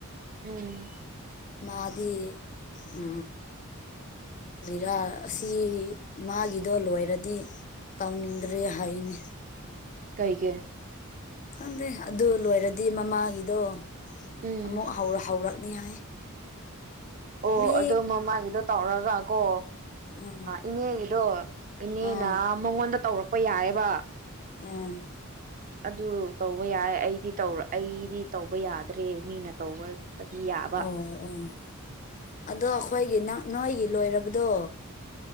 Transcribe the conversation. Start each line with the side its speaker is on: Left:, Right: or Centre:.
Right: ꯎꯝ
Left: ꯃꯥꯗꯤ ꯎ ꯔꯥ ꯑꯁꯤ ꯃꯥꯒꯤꯗꯣ ꯂꯣꯏꯔꯗꯤ ꯇꯧꯅꯤꯡ ꯏꯗ꯭ꯔꯦ ꯍꯥꯏꯅꯤ
Right: ꯀꯩ ꯀꯦ
Left: ꯈꯪꯗꯦ ꯑꯗꯨ ꯂꯣꯏꯔꯗꯤ ꯃꯃꯥꯒꯤꯗꯣ
Right: ꯎꯝ
Left: ꯑꯃꯨꯛ ꯍꯧꯔꯛꯅꯤ ꯍꯥꯏ
Right: ꯑꯣ
Left: ꯃꯤ
Right: ꯑꯗꯣ ꯃꯃꯥꯒꯤꯗꯣ ꯇꯧꯔꯒ ꯀꯣ
Left: ꯎꯝ
Right: ꯏꯅꯦꯒꯤꯗꯣ ꯏꯅꯦꯅ
Left: ꯑꯥ
Right: ꯃꯉꯣꯟꯗ ꯇꯧꯔꯛꯄ ꯌꯥꯏꯑꯕ
Left: ꯎꯝ
Right: ꯑꯗꯨ ꯇꯧꯕ ꯌꯥꯏ ꯑꯩꯗꯤ ꯇꯧ ꯑꯩꯗꯤ ꯇꯧꯕ ꯌꯥꯗ꯭ꯔꯦ ꯃꯤꯅ ꯇꯧꯕꯗꯤ ꯌꯥꯕ
Left: ꯑꯣ ꯎꯝ ꯑꯗꯣ ꯑꯩꯈꯣꯏꯒꯤ ꯅꯣꯏꯒꯤ ꯂꯣꯏꯔꯕꯗꯣ